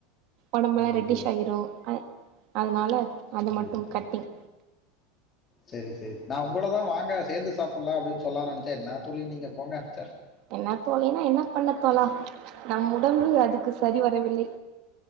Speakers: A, on the right; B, on the left.
A: ஒடம்பெல்லா
B: அய்யய்யோ
A: ரெட்டிஷ் ஆயிரு அ அதனால அது
B: அய்யய்யோ
A: மட்டு கட்டிங்
B: சரி சரி நா உங்களதா வாங்க சேந்து சாப்பிட்லா அப்படின்னு சொல்லானு நெனச்சே என்ன தோழி நீங்க போங்க ச்ச
A: என்ன தோழின்னா என்ன பண்ண தோழா நம் உடம்பு அதுக்கு சரி வரவில்லை